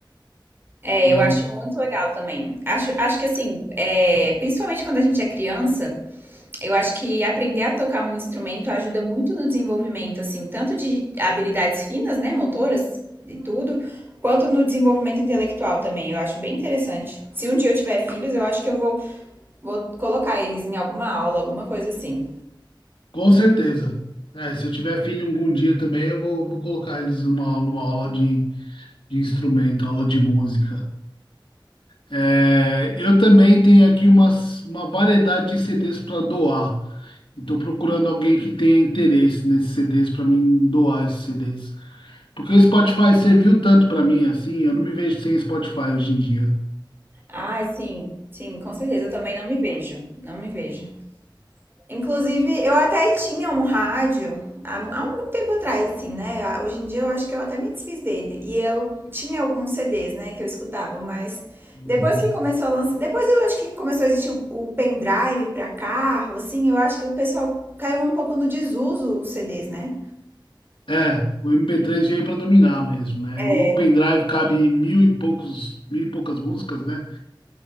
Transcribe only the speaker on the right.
É,
eu acho muito legal também. Acho, acho que, assim, é, principalmente quando a gente é criança, eu acho que aprender a tocar um instrumento ajuda muito no desenvolvimento, assim, tanto de habilidades finas, né? Motoras e tudo. Quanto no desenvolvimento intelectual também, eu acho bem interessante. Se um dia eu tiver filhos, eu acho que eu vou Vou colocar eles em alguma aula, alguma coisa assim.
Ah, sim, sim, com certeza. Eu também não me vejo. Não me vejo. Inclusive, eu até tinha um rádio há, há muito tempo atrás, assim, né? Ah, Hoje em dia eu acho que eu até me desfiz dele. E eu tinha alguns CDs, né, que eu escutava, mas
depois que começou a lançar. Depois eu acho que começou a existir o, o pendrive pra carro, assim, eu acho que o pessoal caiu um pouco no desuso os CDs, né?
É,